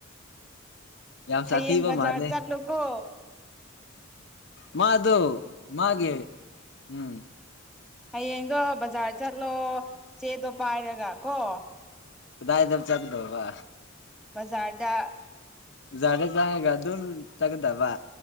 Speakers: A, on the left; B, in the centre.
A: ꯌꯥꯝ
B: ꯍꯌꯦꯡꯡ
A: ꯁꯥꯊꯤꯕ ꯃꯥꯜꯂꯦ
B: ꯖꯔ ꯆꯠꯂꯨ ꯀꯣ
A: ꯃꯥ ꯑꯗꯨ ꯃꯥꯒꯤꯦ ꯎꯝ
B: ꯍꯌꯦꯡꯗꯣ ꯕꯥꯖꯥꯔ ꯆꯠꯂꯣ ꯆꯦꯗꯣ ꯄꯥꯏꯔꯒ ꯀꯣ
A: ꯀꯗꯥꯏꯗꯕ ꯆꯡꯗꯣꯕ
B: ꯕꯖꯥꯔꯗ
A: ꯖꯥꯗ ꯆꯪꯉꯥꯒ ꯑꯗꯨꯝ ꯇꯒꯗꯥꯕ